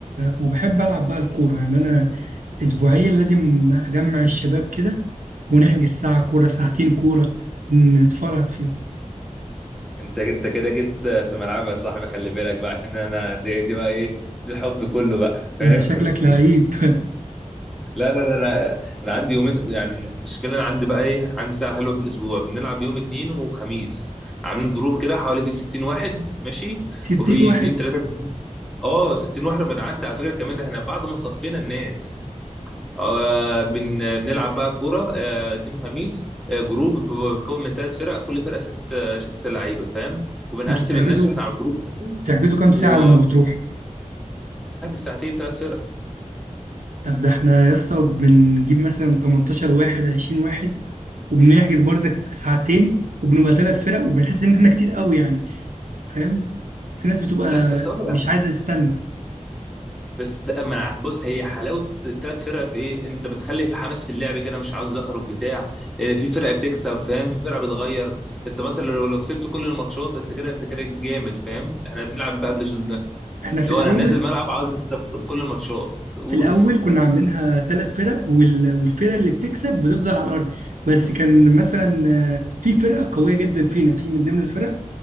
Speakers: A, on the right; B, in the centre.
A: وبحب العب بقى الكوره يعني انا اسبوعيا لازم اجمع الشباب كده ونحجز ساعه كوره ساعتين كوره نتفرهد فيهم
B: انت انت كده جيت في ملعبي يا صاحبي خلي بالك بقى عشان انا دي, دي بقى ايه دي الحب كله بقى فاهم
A: انت شكلك لعيب
B: لا لا لا لا انا عندي يومين يعني المشكله انا عندي بقى ايه عندي ساعه حلوه في الاسبوع بنلعب يوم اثنين وخميس عاملين جروب كده حوالي في 60 واحد ماشي
A: <laughs> 60
B: وفي
A: واحد
B: اثنين ثلاثه اه 60 واحد لما تعدي على فكره كمان احنا بعد ما صفينا الناس آه بن بنلعب بقى كوره آه اثنين وخميس آه جروب بيتكون من ثلاث فرق كل فرقه ست آه ست لعيبه فاهم وبنقسم
A: انتوا بتحجزوا
B: الناس واحنا على الجروب
A: بتحجزوا كام ساعه
B: وبنحجز
A: لما بتروح
B: ساعتين ثلاث فرق
A: طب ده احنا يا اسطى بنجيب مثلا 18 واحد 20 واحد وبنحجز برضك ساعتين وبنبقى ثلاث فرق وبنحس ان احنا كتير قوي يعني فاهم في ناس بتبقى
B: لا بس اقول
A: مش
B: لك
A: عايزه تستنى
B: بس اما بص هي حلاوه الثلاث فرق في ايه انت بتخلي في حماس في اللعب كده مش عاوز اخرج بتاع إيه، في فرقه بتكسب فاهم في فرقه بتغير فانت مثلا لو لو كسبت كل الماتشات انت كده انت كده جامد فاهم احنا بنلعب بقى بالاسلوب ده
A: احنا في
B: لو
A: الاول
B: انا نازل ملعب عاوز اكسب كل الماتشات قول
A: في الاول كنا عاملينها ثلاث فرق وال... والفرقه اللي بتكسب بتفضل على الارض بس كان مثلا آه، في فرقه قويه جدا فينا في من ضمن الفرق